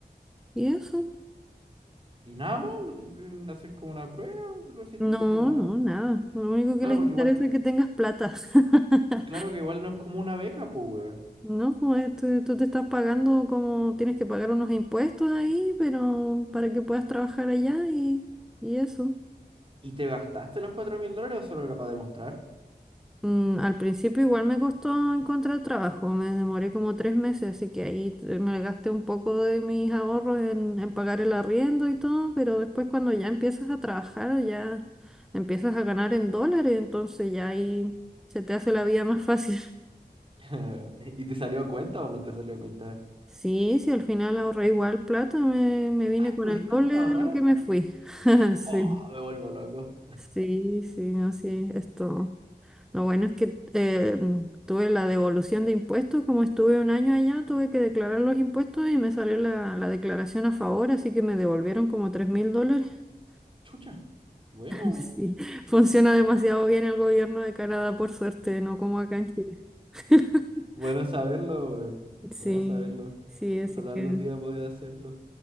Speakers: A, in the centre; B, on the right.
A: y eso.
B: Y nada más, no te piden hacer como una prueba o algo así,
A: No,
B: tipo como.
A: no, nada. Lo único que
B: Claro,
A: les
B: porque
A: interesa
B: igual,
A: es que tengas plata. <laughs>
B: claro que igual no es como una beca, pues, weón.
A: No, pues tú, tú te estás pagando como tienes que pagar unos impuestos ahí, pero para que puedas trabajar allá y, y eso.
B: ¿Y te gastaste los cuatro mil dólares o solo era para demostrar?
A: Mm, al principio igual me costó encontrar trabajo, me demoré como tres meses, así que ahí te- me gasté un poco de mis ahorros en, en pagar el arriendo y todo, pero después cuando ya empiezas a trabajar, ya empiezas a ganar en dólares, entonces ya ahí se te hace la vida más fácil. <laughs>
B: <laughs> ¿Y te salió a cuenta o no te salió a cuenta?
A: Sí, sí, al final ahorré igual plata, me, me vine
B: Ay,
A: con
B: ¿pudiste
A: el doble
B: hasta ahorrar?
A: de lo que me fui. <laughs> Sí,
B: Oh, me vuelvo loco.
A: sí, sí, no, sí, esto. Lo bueno es que eh, tuve la devolución de impuestos, como estuve un año allá, tuve que declarar los impuestos y me salió la, la declaración a favor, así que me devolvieron como tres mil dólares. <laughs>
B: Chucha, bueno, weón.
A: Sí, funciona demasiado bien el gobierno de Canadá, por suerte, no como acá en Chile. <laughs>
B: Bueno saberlo, weón.
A: Sí,
B: Bueno saberlo.
A: sí, así
B: Ojalá
A: que
B: algún día poder hacerlo.